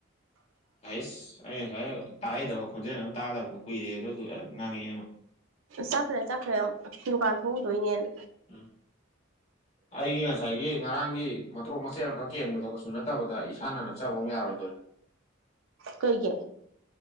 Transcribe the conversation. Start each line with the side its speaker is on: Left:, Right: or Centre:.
Left: ꯍꯩꯁ ꯑꯩꯅ ꯈꯔ ꯇꯥꯍꯩꯗꯕ ꯈꯣꯟꯖꯦꯜ ꯑꯃ ꯇꯥꯗꯕꯗꯣ ꯀꯨꯏꯔꯦ ꯑ ꯑꯗꯨ ꯑꯗꯨ ꯉꯥꯡꯉꯛꯑꯦ ꯑꯃ
Right: ꯆꯠꯈ꯭ꯔꯦ ꯆꯠꯈ꯭ꯔꯦ ꯗꯨꯀꯥꯟ ꯊꯣꯛꯎꯗꯣꯏꯅꯦꯅ
Left: ꯎꯝ ꯑꯩꯒꯤ ꯉꯁꯥꯏꯒꯤ ꯉꯔꯥꯡ ꯒꯤ ꯃꯇ꯭ꯔꯣꯛ ꯃꯆꯦꯠ ꯑꯃꯈꯛ ꯀꯦꯟꯕꯗꯣ ꯀꯩꯁꯨ ꯅꯠꯇꯕꯗ ꯏꯁꯥꯅ ꯅꯞꯆꯕ ꯑꯃ ꯌꯥꯔꯣꯏꯗꯣꯏꯔꯦ
Right: ꯀꯩꯒꯤ